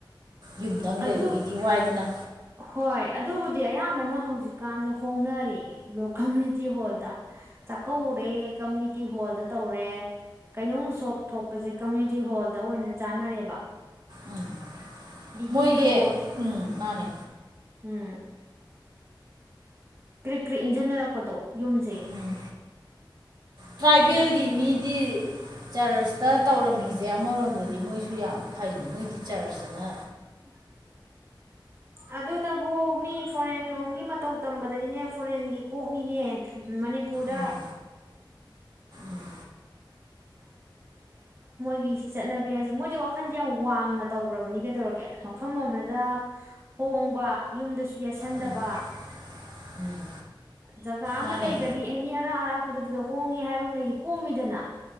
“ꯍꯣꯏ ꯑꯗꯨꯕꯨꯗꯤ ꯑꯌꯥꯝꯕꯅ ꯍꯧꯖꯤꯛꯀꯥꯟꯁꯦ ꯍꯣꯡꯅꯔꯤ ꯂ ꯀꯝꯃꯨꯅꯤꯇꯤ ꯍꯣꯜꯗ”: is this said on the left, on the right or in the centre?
Right